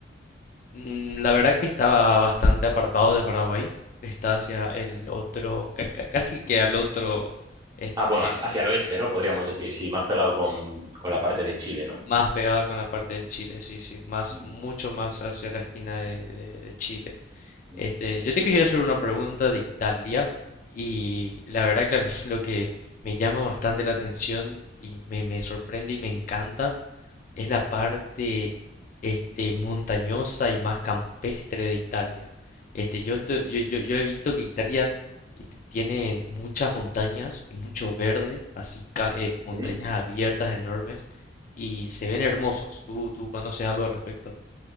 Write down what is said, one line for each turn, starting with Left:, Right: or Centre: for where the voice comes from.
Left: mm, la verdad que está bastante apartado de Paraguay. Está hacia el otro, ca- ca- casi que al otro, este,
Right: Ah, bueno, hacia hacia el oeste, ¿no? Podríamos decir, sí, más pegado con, con la parte de Chile, ¿no?
Left: más pegada con la parte de Chile, sí, sí, más,
Right: Mm,
Left: mucho más hacia la esquina de, de- de Chile.
Right: mm.
Left: Este, yo te quería hacer una pregunta de Italia y la verdad que a mí <laughs> lo que me llama bastante la atención y me, me sorprende y me encanta Es la parte este, montañosa y más campestre de Italia. Este, yo, estoy- yo, yo, yo he visto que Italia este, tiene muchas montañas y mucho verde, así ca- eh, montañas
Right: Mm.
Left: abiertas enormes y se ven hermosos. ¿Tú, tú conoces algo al respecto?